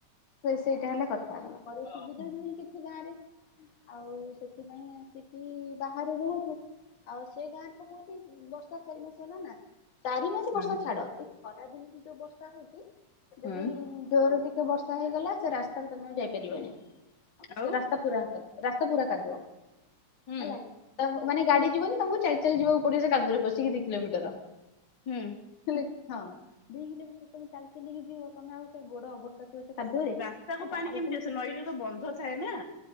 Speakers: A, on the left; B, on the left.
A: ସେ ସେଇଟା ହେଲା କଥା। ଘରେ
B: ହୁଁ
A: ସୁବିଧା ନାହିଁ କିଛି ଗାଁରେ। ଆଉ ସେଥିପାଇଁ ଆସି କି ବାହାରେ ରହୁଛୁ। ଆଉ ସେ ଗାଁ ରେ ତ କୋଉଠି ବର୍ଷା ଚାରି ମାସ ହେଲା ନା। ଚାରି ମାସ
B: ହୁଁ
A: ବର୍ଷା ଛାଡ। ଏଇ ଖରାଦିନେ ବି ଯୋଉ ବର୍ଷା ହଉଚି। ଯଦି
B: ହୁଁ
A: ଜୋର ଟିକେ ବର୍ଷା ହେଇଗଲା ସେ ରାସ୍ତରେ ତୋମେ ଆଉ ଯାଇପାରିବନି। ସେ
B: ଆଉ
A: ରାସ୍ତା ପୁରା କାଦ ରାସ୍ତା ପୁରା କାଦୁଅ
B: ହୁଁ
A: ହେଲା କି। ଟାହ ମାନେ ଗାଡି ଯିବନି ତୋମକୁ ଚାଲି ଚାଲି ଯିବାକୁ ପଡିବ ସେ କାଦୁଅରେ ପସିକି ଦି କିଲୋମିଟର।
B: ହୁଁ।
A: ହେଲାକି, ହଁ, ଦି କିଲୋମିଟର ତୋମେ ଚାଲି ଚାଲିକି ଯିବ ତୋମେ ଆଉ ସେ ଗୋଡ ଅବସ୍ଥା ଥିବ ସେ କାଦୁଅରେ
B: ରାସ୍ତାକୁ
A: ଆ ଯାହାର
B: ପାଣି କେମିତି ଆସେ ନଈରେ ତ ବନ୍ଧ ଥାଏ ନା?